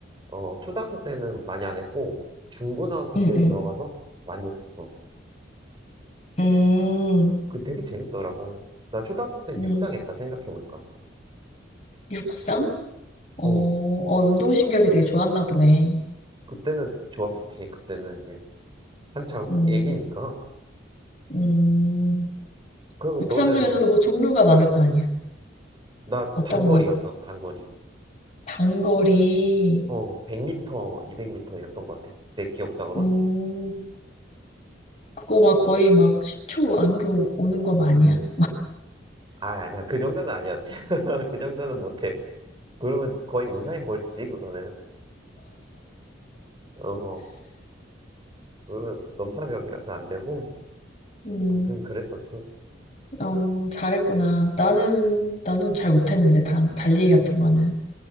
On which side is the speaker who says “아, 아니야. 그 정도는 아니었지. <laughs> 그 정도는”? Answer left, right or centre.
Right